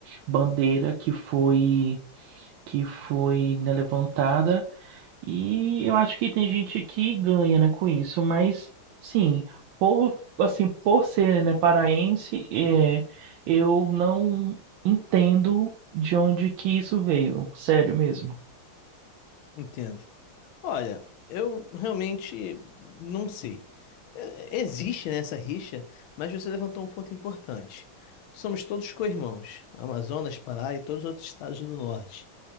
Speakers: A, on the right; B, on the left.
A: bandeira que foi que foi né, levantada e eu acho que tem gente que ganha, né, com isso, mas sim, por assim, por ser, né, paraense, é, eu não entendo de onde que isso veio, sério mesmo.
B: Entendo. Olha, eu realmente não sei. É- Existe, né, essa rixa, mas você levantou um ponto importante. Somos todos co-irmãos, Amazonas, Pará e todos os outros estados do norte.